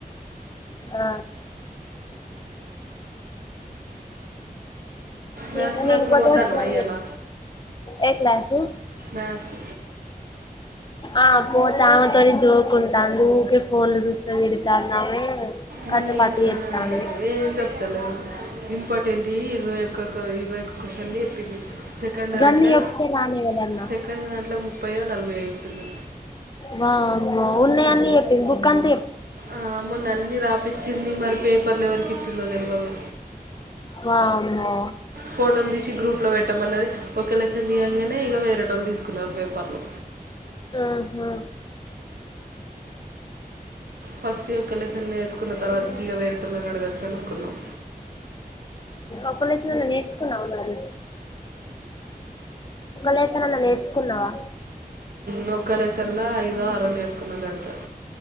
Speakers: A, on the left; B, on the right.
A: ఆ
B: మ్యాథ్స్
A: ఇంకా
B: క్లాస్కి
A: మీ ఇంకొద్ది
B: పోతాన్నవా
A: వస్తాండి
B: ఇయ్యాల
A: ఏ క్లాసు
B: మ్యాథ్స్
A: ఆ పో తామటి జోక్ ఉంటాంది ఊకే ఫోన్ లో సుతుది ఎతాన్నామే
B: మొన్న
A: కథ పాత
B: ఆ,
A: ఎతాను
B: ఏం చెప్తలేదు ఇంపార్టెంట్ ఇరవయొక్క ఒక ఇవై ఒకషని చెప్పింది సెకండ్
A: గన్ని
B: దాంట్లో
A: చెప్తే రానే కదన్నా
B: సెకండ్ దాంట్లో ముప్పయో నల వేపులు
A: వా ఉన్న అన్ని చెప్పి బు కంత
B: ఆ మొన్న అన్ని రాపచ్చింది మరి పేపర్ల వరకు ఇచ్చిందో తెలివదు
A: వామ్మో
B: ఫోటోలు తీసి గ్రూప్ లో పెట్టమ అన్నది ఒక ఎలక్షన్ తీయంగానే ఇక వేరేటోళ్ళు తీసుకున్నారు పేపర్లు
A: ఆహా
B: ఫస్ట్ ఇ కలక్షన్ వేసుకున్న తర్వాతక వేరేటలో అడగొచ్చాను కున్నాం
A: ఒకలేచ నన్ను నేర్చుకున్నా ఉన్నారు లెసన్ అన్న నేర్చుకున్నావా
B: నొక్కాల సల్ల ఐదో అర నల కున్నదంత